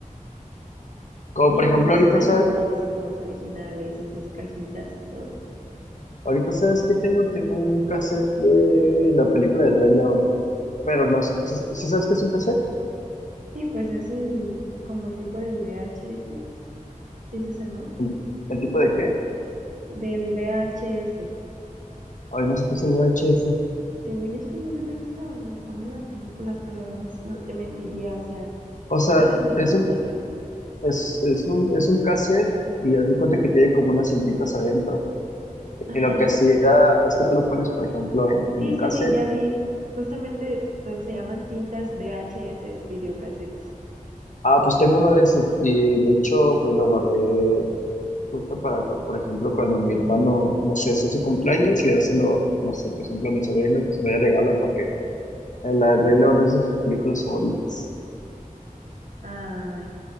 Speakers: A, on the left; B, on the right.
A: como
B: Sí,
A: por ejemplo
B: pues esos
A: ahorita,
B: eran
A: sa-
B: los discos originales y sus cajitas y todo.
A: ahorita ¿sabes que tengo? Tengo un cassette de la película del Rey León, pero no sé, si si sabes qué es un cassette?
B: Sí, pues es el como tipo del VHS, sí es eso, ¿no?
A: ¿El, el tipo de qué?
B: Del VHS.
A: Ay, no sé qué es el VHS.
B: Según yo es como una máquina donde ponen las películas, pero no, s- no te mentiría, o sea,
A: O sea,
B: déjame investigar.
A: es un, es, es un, es un cassette y haz de cuenta que tiene como unas cintitas adentro.
B: Ajá.
A: Y lo que hacía es que tú lo pones, por ejemplo, en, en
B: Sí,
A: un
B: sí,
A: cassette.
B: sí, ya vi. Justamente so- se llaman cintas VHS, videocassettes.
A: Ah, pues tengo uno de esos y de hecho pues lo guardé justo para, cu- por ejemplo, cuando mi hermano, no sé, es su cumpleaños y dárselo, no sé, por ejemplo, a mi sobrino que se lo dé regalo porque en la del Rey León es de sus películas favoritas.
B: Ay,